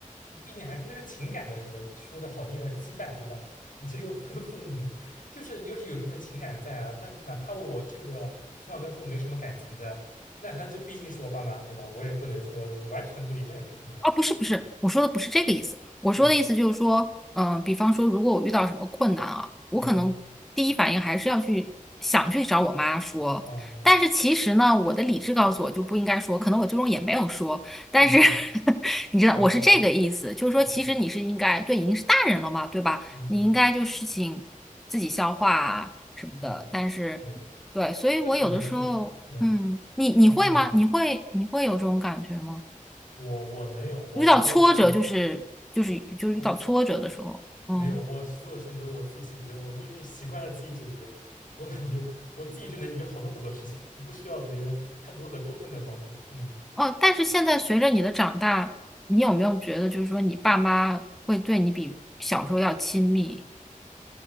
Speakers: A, on the left; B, in the centre.
A: 毕竟还是那是情感的什么，说的好听点儿羁绊，对吧？<laughs> 你这个跟父母就是就是有这份情感在啊，那哪怕我这个从小跟父母没什么感情的，那他这毕竟是我爸妈，对吧？我也不能说就完全不理，那也不可能。
B: 哦，不是不是，我说的不是这个意思。我说的意思就是说，
A: 嗯。
B: 嗯、比方说，如果我遇到什么困难啊，我可能第一反应还是要去想去找我妈说。
A: 嗯嗯，哦，
B: 但是其实呢，我的理智告诉我就不应该说，可能我最终也没有说。但是
A: 嗯嗯，
B: <laughs> 你知道，
A: 啊，
B: 我是这个意思，
A: 我懂，
B: 就是说，
A: 嗯
B: 其实你是应该，对，已经是大人了嘛，对吧？
A: 嗯嗯
B: 你应该就事情自己消化啊什么的。
A: 嗯，
B: 但是，
A: 对，
B: 对，所以我有的时候，
A: 那可能是，嗯，
B: 嗯，你你会吗？
A: 你可能，
B: 你会你会有这种感觉吗？
A: 我我没有，我都，
B: 遇到挫折就是就是就是遇到挫折的时候，
A: 嗯我
B: 嗯
A: 没有，我所有事情都是我自己解决，我就是习惯了自己解决，我感觉我自己就能解决好多好多事情，我不需要别人太多的过分的帮助，嗯
B: 哦，但是现在随着你的长大，你有没有觉得就是说你爸妈会对你比小时候要亲密？